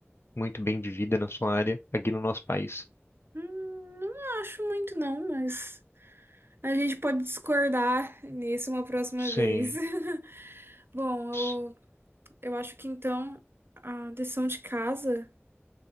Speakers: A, on the left; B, on the right.
A: muito bem de vida na sua área aqui no nosso país.
B: Hum, não acho muito não, mas a gente pode discordar nisso uma próxima
A: Sim,
B: vez. <laughs> Bom, eu,
A: s-
B: eu acho que então a lição de casa